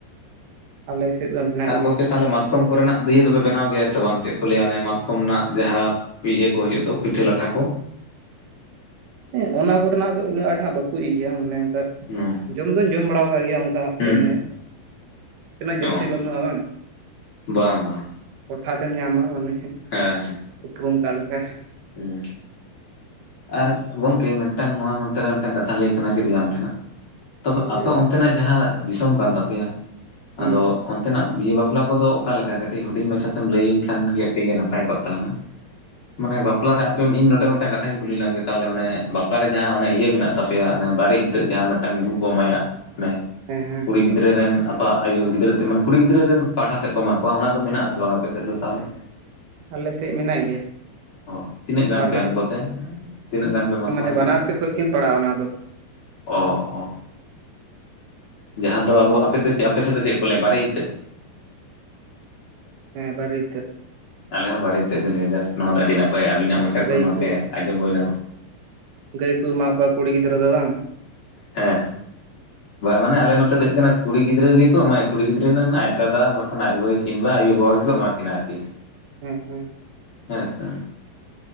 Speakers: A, on the right; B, on the left.
A: ᱟᱞᱮ ᱥᱮᱫ ᱫᱚ ᱢᱮᱱᱟᱜ
B: ᱟᱨ
A: ᱜᱮᱭᱟ
B: ᱜᱚᱢᱠᱮ ᱛᱟᱦᱚᱞᱮ ᱢᱟᱛᱠᱚᱢ ᱠᱚᱨᱮᱱᱟᱜ ᱫᱤᱦᱮ ᱫᱚᱯᱮ ᱵᱮᱱᱟᱣ ᱜᱮᱭᱟ ᱥᱮ ᱵᱟᱝ ᱪᱮᱫ ᱠᱚ ᱞᱟᱹᱭᱟ ᱚᱱᱮ ᱢᱟᱛᱠᱚᱢ ᱨᱮᱱᱟᱜ ᱡᱟᱦᱟᱸ ᱯᱮ ᱤᱭᱟᱹ ᱠᱩ ᱦᱩᱭᱩᱜ ᱫᱚ ᱯᱤᱴᱷᱟᱹ ᱞᱟᱴᱷᱟ ᱠᱚ
A: ᱦᱮᱸ ᱚᱱᱟ ᱠᱚᱨᱮᱱᱟᱜ ᱫᱚ ᱤᱱᱟᱹᱜ ᱟᱴ ᱦᱟᱜ ᱵᱟᱠᱚ ᱤᱭᱟᱹ ᱜᱮᱭᱟ ᱢᱟᱱᱮ ᱚᱱᱠᱟ
B: ᱦᱩᱸ
A: ᱡᱚᱢ ᱫᱚᱧ ᱡᱚᱢ ᱵᱟᱲᱟ ᱟᱠᱟᱜ ᱜᱤᱭᱟ ᱠᱟ
B: ᱦᱩᱸ
A: ᱮᱢᱱᱮ
B: ᱦᱩᱸ
A: ᱤᱱᱟᱹᱜ ᱡᱟᱹᱥᱛᱤ
B: ᱚ
A: ᱵᱟᱹᱱᱩᱜᱼᱟ ᱵᱟᱝ
B: ᱵᱟᱝ ᱵᱟᱝ
A: ᱴᱚᱴᱷᱟ ᱛᱮᱢ ᱧᱟᱢᱟ ᱢᱟᱱᱮ
B: ᱦᱮᱸ
A: ᱩᱯᱨᱩᱢ ᱠᱟᱜ ᱞᱮᱠᱟ
B: ᱦᱩᱸ ᱟᱨ ᱜᱚᱝᱠᱮ ᱢᱤᱫᱴᱟᱝ ᱱᱚᱣᱟ ᱢᱚᱫᱽᱫᱷᱮᱨᱮ ᱢᱤᱫᱴᱟᱝ ᱠᱟᱛᱷᱟ ᱞᱟᱹᱭ ᱥᱟᱱᱟ ᱠᱤᱫᱤᱧᱟ ᱟᱢ ᱴᱷᱮᱱᱟ ᱛᱚᱵᱮ
A: ᱢᱟ
B: ᱟᱯᱮ
A: ᱞᱟᱹᱭ
B: ᱚᱱᱛᱮ ᱚᱱᱛᱮᱱᱟᱜ ᱡᱟᱦᱟᱸ ᱫᱤᱥᱚᱢ ᱠᱟᱱ ᱛᱟᱯᱮᱭᱟ
A: ᱦᱮᱸ
B: ᱟᱫᱚ ᱚᱱᱛᱮᱱᱟᱜ ᱵᱤᱭᱟᱹ ᱵᱟᱯᱞᱟ ᱠᱚᱫᱚ ᱚᱠᱟ ᱞᱮᱠᱟ ᱠᱟᱹᱴᱤᱡ ᱦᱩᱰᱤᱧ ᱢᱟᱪᱷᱟᱛᱮᱢ ᱞᱟᱹᱭᱟᱹᱧ ᱠᱷᱟᱱ ᱜᱮ ᱟᱹᱰᱤᱜᱮ ᱱᱟᱯᱟᱭ ᱠᱚᱜ ᱛᱟᱞᱟᱝᱟ᱾ ᱢᱟᱱᱮ ᱵᱟᱯᱞᱟ ᱨᱮ ᱟᱯᱮ ᱤᱧ ᱱᱚᱰᱮ ᱢᱤᱫᱴᱟᱝ ᱠᱟᱛᱷᱟ ᱠᱟᱛᱷᱟᱧ ᱠᱩᱞᱤ ᱞᱮᱢᱜᱮ ᱛᱟᱦᱚᱞᱮ ᱢᱟᱱᱮ ᱵᱟᱯᱞᱟ ᱨᱮ ᱡᱟᱦᱟᱸ ᱚᱱᱮ ᱤᱭᱟᱹ ᱢᱮᱱᱟᱜ ᱛᱟᱯᱮᱭᱟ ᱚᱱᱮ ᱵᱟᱨᱮ ᱤᱛᱟᱹᱛ ᱡᱟᱦᱟᱸ ᱢᱤᱫᱴᱟᱝ ᱢᱤᱦᱩ ᱠᱚ ᱮᱢᱟᱭᱟ ᱦ <inaudible>
A: ᱦᱮᱸ ᱦᱮᱸ
B: ᱠᱩᱲᱤ ᱜᱤᱫᱽᱨᱟᱹ ᱨᱮᱱ ᱟᱯᱚ ᱟᱭᱩ ᱜᱤᱫᱽᱨᱟᱹ ᱛᱮ ᱢᱟᱱᱮ ᱠᱩᱲᱤ ᱜᱤᱫᱽᱨᱟᱹ ᱨᱮᱱ ᱯᱟᱦᱴᱟ ᱥᱮᱫ ᱠᱚ ᱮᱢᱟ ᱠᱚᱣᱟ ᱚᱱᱟ ᱫᱚ ᱢᱮᱱᱟᱜ-ᱟ ᱟᱥᱮ ᱵᱟᱝ ᱟᱯᱮᱥᱮᱫ ᱫᱚ ᱛᱟᱦᱚᱞᱮ
A: ᱟᱞᱮ ᱥᱮᱫ ᱢᱮᱱᱟᱜ ᱜᱮᱭᱟ
B: ᱚ ᱛᱤᱱᱟᱹᱜ ᱜᱟᱱ
A: ᱵᱟᱱᱟᱨ
B: ᱯᱮ ᱮᱢ ᱠᱚᱛᱮ ᱛᱤᱱᱟᱹᱜ ᱜᱟᱱ ᱯᱮ ᱮᱢᱟ ᱠᱚᱣᱟ
A: ᱢᱟᱱᱮ
B: ᱟᱨᱠᱤ?
A: ᱵᱟᱱᱟᱨ ᱥᱮᱫ ᱠᱷᱚᱡ ᱠᱤᱱ ᱯᱟᱲᱟᱣᱱᱟ ᱟᱫᱚ,
B: ᱚ ᱚ ᱡᱟᱦᱟᱸ ᱫᱚ ᱟᱵᱚ ᱟᱯᱮ ᱫᱚ ᱟᱯᱮ ᱥᱮᱫ ᱫᱚ ᱪᱮᱫ ᱠᱚ ᱞᱟᱹᱭᱟ ᱵᱟᱨᱮ ᱤᱛᱟᱹᱛ
A: ᱦᱮᱸ ᱵᱟᱨᱮ ᱤᱛᱟᱹᱛ
B: ᱟᱞᱮ ᱦᱚᱸ ᱵᱟᱨᱮ ᱤᱛᱟᱹᱛ ᱜᱮᱞᱮᱭᱫᱟ ᱱᱚᱣᱟ ᱫᱚ ᱟᱹᱰᱤ ᱱᱟᱯᱟᱭ ᱟᱵᱤᱱᱟᱜ ᱢᱚᱪᱷᱟ ᱠᱷᱚᱱ
A: ᱜᱟᱹᱭ
B: ᱱᱚᱛᱮ
A: ᱠᱚ
B: ᱟᱸᱡᱚᱢ ᱦᱩᱭᱱᱟ
A: ᱜᱟᱹᱭ ᱠᱩ ᱮᱢᱟ ᱠᱚᱣᱟ ᱠᱩᱲᱤ ᱜᱤᱫᱽᱨᱟᱹ ᱫᱚ ᱵᱟᱝ
B: ᱦᱮᱸ ᱢᱟᱱᱮ ᱟᱞᱮ ᱱᱚᱛᱮ ᱫᱚ ᱦᱩᱭᱩᱜ ᱠᱟᱱᱟ ᱠᱩᱲᱤ ᱜᱤᱫᱽᱨᱟᱹ ᱜᱮᱠᱚ ᱮᱢᱟᱭᱟ ᱠᱩᱲᱤ ᱜᱤᱫᱽᱨᱟᱹ ᱨᱮᱱ ᱟᱡ ᱫᱟᱫᱟ ᱵᱟ ᱵᱷᱟᱹᱭ ᱠᱤᱱᱵᱟ ᱠᱚ ᱮᱢᱟᱠᱤᱱᱟᱹ ᱟᱨᱠᱤ
A: ᱦᱩᱸ ᱦᱩᱸ
B: ᱦᱮᱸ ᱥᱮ